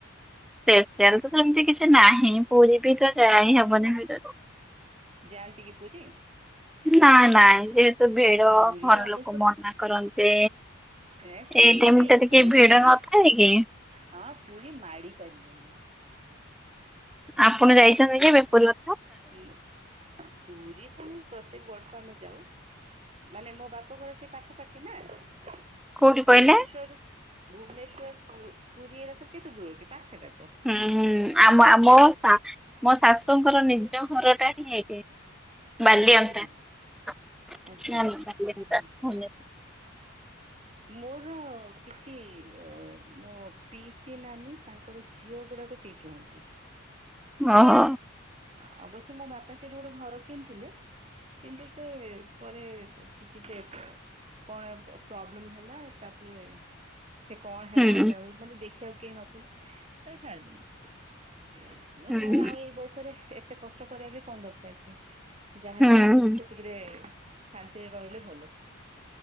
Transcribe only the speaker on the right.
ଯାଆନ୍ତି କି ପୁରୀ?
ପୁରୀ
ଅବଶ୍ୟ
ଏ ସେମିତି
ବି
ସମୟରେ
ପୁରୀ
ହଁ ପୁରୀ ମାଡ଼ି ପାରିବନି।
ହୁଁ ପୁରୀ ତ ପ୍ରତ୍ୟେକ୍ ବର୍ଷ ଆମେ ଯାଉ। ମାନେ ମୋ ବାପ ଘର ସେଇ ପାଖାପାଖି ନା। ଭୁବନେଶ୍ୱର-ଭୁବନେଶ୍ଵର
ପୁରୀ <unintelligible> କେତେ ଦୂର କି, ପାଖେରେ।
ଆଚ୍ଛା ପୁରୀରେ
ଆଚ୍ଛା ହଁ ହଁ। ମୋର କିଛି ମୋ ପିଇସି ନାନୀ ତାଙ୍କର ଝିଅ ଗୁଡାକ ଠିକ୍ ରୁହନ୍ତି।
ଅ ଅବଶ୍ୟ ମୋ ବାପା ସେଇଠି ଗୋଟେ ଘର କିଣିଥିଲେ। କିନ୍ତୁ ସେ ପରେ କିଛି ସେ କଣ ଏ ପ୍ରୋବ୍ଲେମ ହେଲା ତାପରେ ସେ କଣ ହେଲା
ଆଉ ଜ ମାନେ ଦେଖିବାକୁ କେହି ନଥିଲେ ତାକୁ ଛାଡିଦେଲେ।
ହଁ ଆଉ ଏଇ ବୟସରେ ଏତେ କଷ୍ଟ କରିବା ବି କଣ ଦରକାର ଅଛି। ଯାହା
ସେତିକି ଅଛି ସେତିକିରେ ଶାନ୍ତିରେ ରହିଲେ ଭଲ।